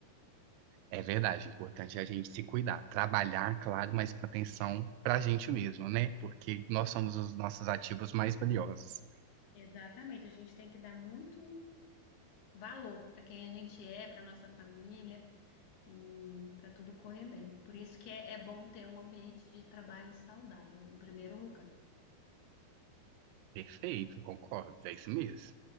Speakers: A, on the right (about 85°); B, on the left (about 75°).
A: É verdade, é importante é a gente se cuidar, trabalhar, claro, mas com atenção para a gente mesmo, né? Porque nós somos os nossos ativos mais valiosos.
B: Exatamente, a gente tem que dar muito valor para quem a gente é, para nossa família. e para tudo correr bem. Por isso que é, é bom ter um ambiente de trabalho saudável, em primeiro lugar.
A: Perfeito, concordo, é isso mesmo.